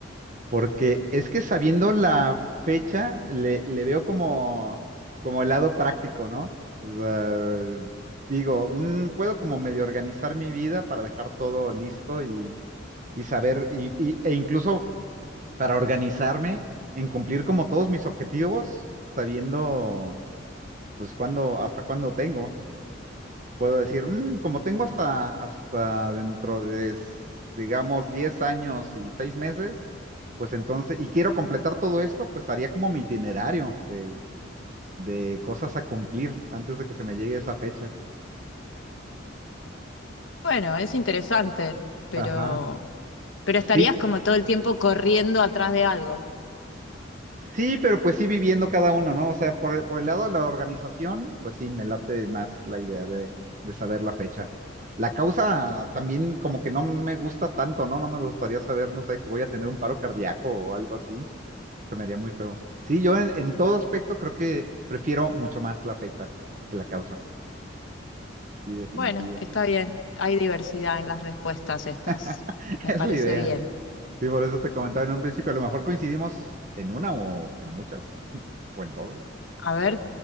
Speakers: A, on the right (about 40°); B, on the left (about 80°).
A: porque es que sabiendo la fecha, le, le veo como, como el lado práctico, ¿no? O sea, digo, mm, puedo como medio organizar mi vida para dejar todo listo y, y saber, y, y- e incluso para organizarme en cumplir como todos mis objetivos, sabiendo pues cuándo, hasta cuándo tengo. puedo decir, "Mm, como tengo hasta, hasta dentro de, s- digamos, 10 años y 6 meses, pues entonces, y quiero completar todo esto, pues haría como mi itinerario de, de cosas a cumplir antes de que se me llegue esa fecha.
B: Bueno, es interesante, pero,
A: Ajá.
B: pero estarías
A: Sí,
B: como todo el tiempo corriendo atrás de algo.
A: sí, pero pues sí viviendo cada uno, ¿no? O sea, por, por el lado de la organización, pues sí, me late más la idea de, de saber la fecha. La causa también como que no me gusta tanto, ¿no? No me gustaría saber, no sé, que voy a tener un paro cardíaco o algo así. se me haría muy feo. Sí, yo en, en todo aspecto creo que prefiero mucho más la fecha que la causa. Sí, definitivo.
B: Bueno, está bien. Hay diversidad en las respuestas estas.
A: <laughs>
B: Me
A: Es
B: parece
A: la idea.
B: bien.
A: Sí, por eso te comentaba en un principio, a lo mejor coincidimos en una o en muchas <laughs> o en todas.
B: A ver,